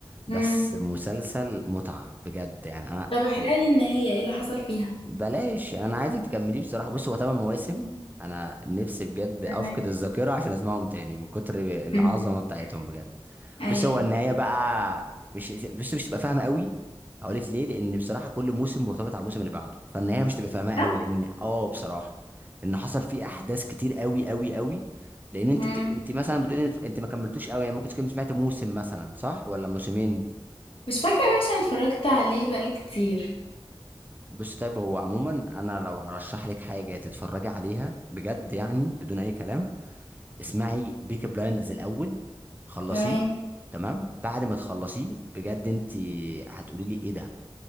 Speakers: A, on the right; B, on the left.
A: بس
B: امم
A: مسلسل متعه بجد يعني انا
B: طب احرق
A: هو
B: لي النهايه ايه اللي حصل فيها
A: بلاش انا عايزك تكمليه بصراحه بص هو ثمان مواسم انا نفسي بجد افقد
B: تمام
A: الذاكره عشان اسمعهم تاني من كتر العظمه
B: <laughs>
A: بتاعتهم بجد
B: ايوه
A: بس هو النهايه بقى مش بس مش تبقى فاهمه قوي هقول لك ليه لان بصراحه كل موسم مرتبط على الموسم اللي بعده فالنهايه مش تبقى فاهمها
B: ده؟
A: قوي لان اه بصراحه ان حصل فيه احداث كتير قوي قوي قوي لان انت
B: امم
A: بت... انت مثلا بتقولي انت ما كملتوش قوي يعني ممكن تكون سمعت موسم مثلا صح ولا موسمين
B: مش فاكره بقى عشان اتفرجت عليه بقالي كتير
A: بص طيب هو عموما انا لو هرشح لك حاجه تتفرجي عليها بجد يعني بدون اي كلام اسمعي بيك بلايندرز الاول خلصيه
B: تمام
A: تمام بعد ما تخلصيه بجد انت هتقولي لي ايه ده